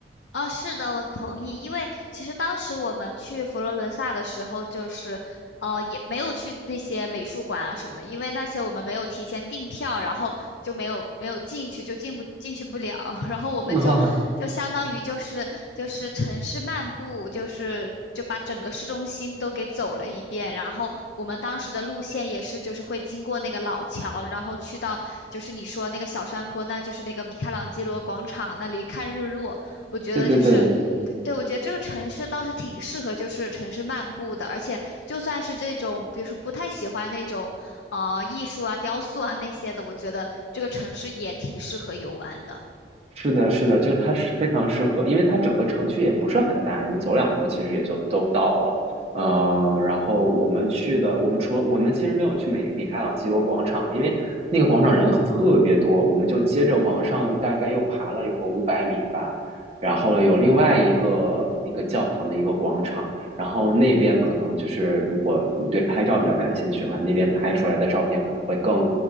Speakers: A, on the left (about 75°); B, on the right (about 35°).
A: 哦，是的，我同意。因为其实当时我们去佛罗伦萨的时候，就是呃，也没有去那些美术馆啊什么的，因为那些我们没有提前订票，然后就没有没有进去，就进不进去不了。<laughs> 然后我们就就相当于就是就是城市漫步，
B: <laughs> 啊，
A: 就是就把整个市中心都给走了一遍。然后我们当时的路线也是，就是会经过那个老桥，然后去到就是你说那个小山坡，那就是那个米开朗基罗广场那里看日落。我觉得就是，
B: 对对对，
A: 对，我觉得这个城市倒是挺适合就是城市漫步的，而且就算是这种，比如说不太喜欢那种啊艺术啊、雕塑啊那些的，我觉得这个城市也挺适合游玩的。
B: 是的，是的，就它是非常适合，因为它整个城区也不是很大，你走两步其实也就都到了。嗯、呃，然后我们去的，我们除了我们其实没有去美米开朗基罗广场，因为那个广场人特别多，我们就接着往上大概又爬了有个五百米吧，
A: 嗯。
B: 然后呢有另外一个一个教堂的一个广场，然后那边可能就是如果你对拍照比较感兴趣的话，那边拍出来的照片可能会更